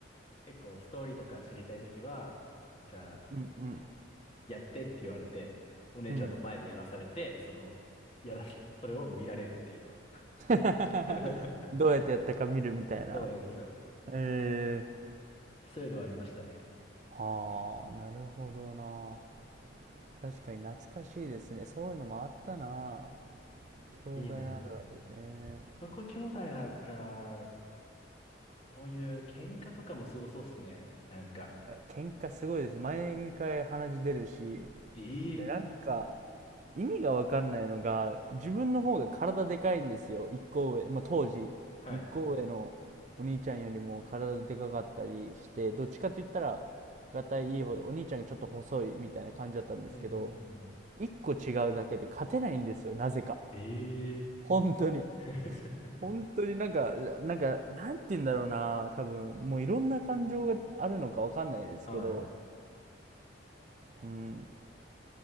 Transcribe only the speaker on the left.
結構ストーリーとか知りたいときは、じゃあ
やってって言われて、お姉ちゃんの前でやらされて、
その、やら、それを見られるっていうのを。
<laughs>
そうなんですよ。
そういうのはありましたね。
いいな。
男兄弟だったら、そういう喧嘩とかもすごそうっすね。なんか。
ええ
はい。
うんうんうんうん。
ええ
<laughs>
はい。